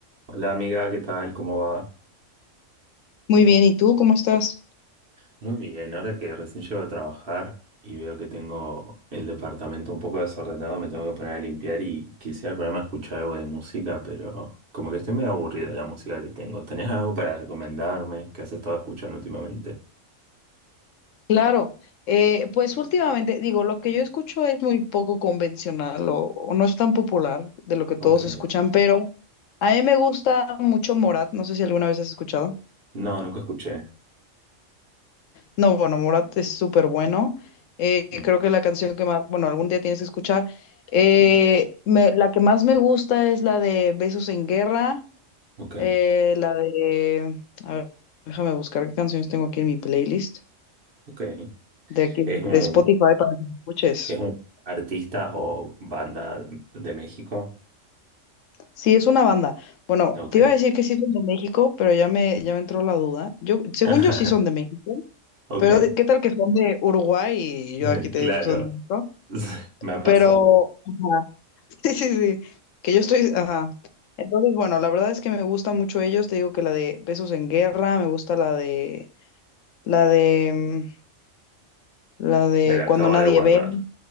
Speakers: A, on the right; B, on the left.
A: Hola amiga, ¿qué tal? ¿Cómo va?
B: Muy bien, ¿y tú cómo estás?
A: Muy bien, ahora que recién llego a trabajar y veo que tengo el departamento un poco desordenado, me tengo que poner a limpiar y quisiera ponerme a escuchar algo de música, pero como que estoy medio aburrido de la música que tengo. ¿Tenés algo para recomendarme que has estado escuchando últimamente?
B: Claro, eh, pues últimamente, digo, lo que yo escucho es muy poco convencional o, o no es tan popular de lo que todos
A: Ok.
B: escuchan, pero a mí me gusta mucho Morat, no sé si alguna vez has escuchado.
A: No, nunca escuché.
B: No, bueno, Morat es súper bueno. eh,
A: Mm,
B: creo que la canción que más, bueno, algún día tienes que escuchar. eh,
A: mm,
B: me- la que más me gusta es la de Besos en Guerra,
A: Ok,
B: eh, la de, a ver, déjame buscar qué canciones tengo aquí en mi playlist
A: ok.
B: de aquí
A: ¿Es
B: de
A: un,
B: Spotify para que escuches.
A: es un artista o banda de México?
B: Sí, es una banda. Bueno,
A: Ok.
B: te iba a decir que sí son de México, pero ya me, ya me entró la duda. Yo, según
A: <laughs>
B: yo sí son de México,
A: Ok.
B: pero ¿qué tal que son de Uruguay? Y yo
A: <laughs>
B: aquí te
A: Claro.
B: digo que son de México.
A: <laughs> Me ha pasado.
B: Pero, ajá, <laughs> sí, sí, sí, que yo estoy, ajá. Entonces, bueno, la verdad es que me gustan mucho ellos. Te digo que la de Besos en Guerra, me gusta la de, la de, mm, la de
A: Me la acabo
B: Cuando Nadie
A: de guardar.
B: Ve,